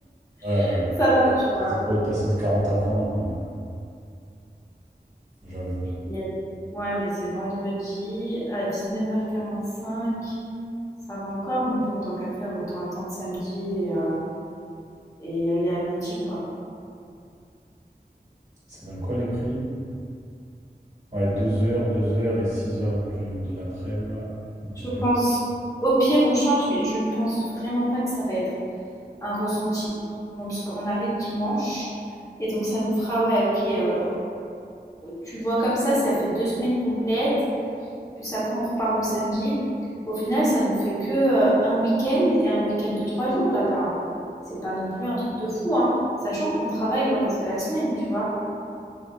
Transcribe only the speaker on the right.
Ouais,
ouais.
C'est
pour passer de 40 à 20. euh, ouais, j'avoue.
Ça donne quoi les prix? Ouais, deux heures, 2 heures et 6 heures du- de l'après-midi, nouvelle
heure.